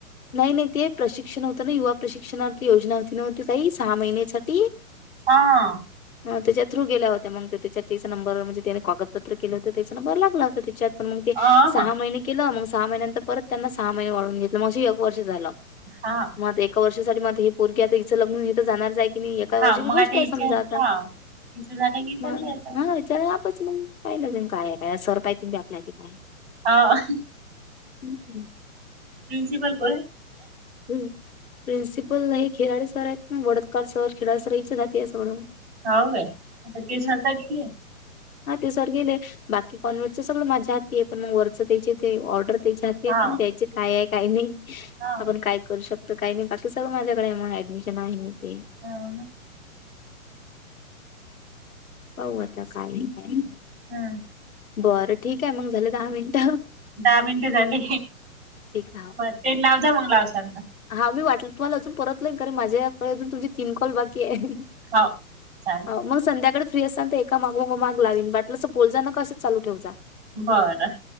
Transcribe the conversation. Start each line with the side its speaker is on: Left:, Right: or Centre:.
Left: नाही नाही ते प्रशिक्षण होतं ना युवा प्रशिक्षणार्थी योजना होती नव्हं ते ताई सहा महिन्यासाठी?
Right: हां.
Left: ह त्याच्या थ्रू गेल्या होत मग ते त्याच्या त्याचा नंबर म्हणजे त्याने कागदपत्र केलं होतं, त्याचा नंबर लागला होता त्याच्यात. पण मग ते
Right: अ
Left: सहा
Right: ह
Left: महिने केलं, मग सहा महिन्यानंतर परत त्यांना सहा महिने वाढवून घेतलं, मग अशी एक वर्ष झालं.
Right: हा.
Left: मग आता एका वर्षासाठी मग आता हे पोरगी आता हिच लग्न होऊन हि तर जाणारच आहे. कि नाही एका
Right: हा
Left: वर्षाची
Right: मग
Left: गोष्ट
Right: आता हिच्या
Left: आहे समजा आता.
Right: हा हिचं झालं की चाललंय
Left: मग
Right: याच
Left: <unintelligible> चला आपच मग पाहिलं तेन काय काय सर पाहतीन बाई आपल्या ते काय.
Right: हाव.
Left: हम्म.
Right: प्रिनसिपल को <unintelligible>
Left: हम्म प्रिन्सिपल हे खेळाडी सर आहेत ना वडतकार सर <unintelligible> सर <unintelligible> सगळं.
Right: हाव काय? आता ते
Left: हं.
Right: <unintelligible> गेली?
Left: हा ते सर गेले. बाकी कॉन्व्हेटचं सगळ माझ्या हाती आहे, पण मग वरचं त्याचे ते ऑर्डर त्याच्यात <unintelligible>
Right: हा
Left: द्यायचे काय आहे काही नाही.
Right: हा
Left: आपण काय करू शक तर काही नाही. बाकी सगळं माझ्याकडे आहे, मग ऍडमिशन आहे ते
Right: हो ना
Left: पाहू आता काय हाय काय.
Right: हा.
Left: बरं ठीक आहे, मग झाले दहा मिनट.
Right: दहा मिनटे झाले.
Left: आहे,
Right: बर ते लाव जा मग लावसान तर.
Left: हा मी वाटलं तुम्हाला अजून परतलं करीन, माझ्याकडे अजून तुमचे तीन कॉल बाकी आहे.
Right: हो चालते
Left: हो मग संध्याकाळीच तुला सांगते एका मागो माग लावीन वाटलंस तर, बोल जा ना कसं चालू ठेव जा.
Right: बर